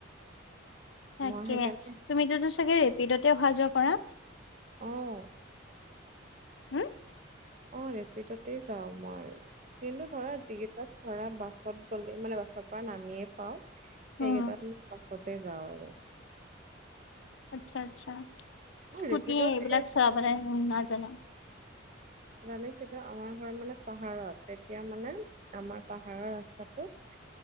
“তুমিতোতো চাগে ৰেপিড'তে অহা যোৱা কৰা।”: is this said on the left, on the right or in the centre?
Left